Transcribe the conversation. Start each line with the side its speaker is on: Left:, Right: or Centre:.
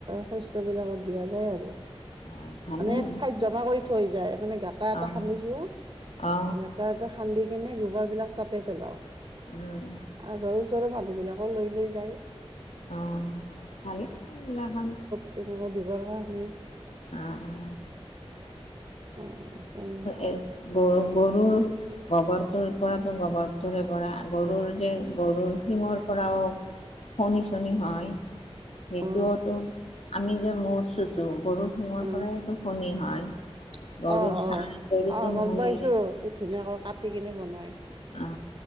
Right: শস্যবিলাকত দিয়া যায় আৰু।
Left: অ ভালেই
Right: মানে এক ঠাইত জমা কৰি থৈ যায় মানে গাঁটা এটা
Left: অ
Right: খান্দিছো অ
Left: অ
Right: গাত এটা। খান্দি কিনে গোবৰ বিলাক তাতে পেলাও
Left: উম
Right: আৰু। ওচৰৰ মানুহবিলাকো লৈ লৈ যায়।
Left: অ ভালে এই <unintelligible> খান।
Right: তেনেকুৱৈ দিবৰ কাৰণে।
Left: অ।
Right: অ তেনেকুৱাই
Left: এ গ গৰুৰ। গোবৰটোৰ পৰাতো গোবৰটোৰে পৰা গৰুৰ যে গৰুৰ শিঙৰ পৰাও। ফনি চনি হয়। সেইটোতো
Right: অ
Left: আমি যে মূৰ চুচো গৰু শিঙৰ
Right: অ
Left: পৰাইটো ফনি হয়। গৰুৰ
Right: অ
Left: চাহ
Right: অ
Left: গৰুটো
Right: অ গম
Left: মৰিলে।
Right: পাইছো কি ধুনীয়াকৈ কাটি কিনে বনাই
Left: অ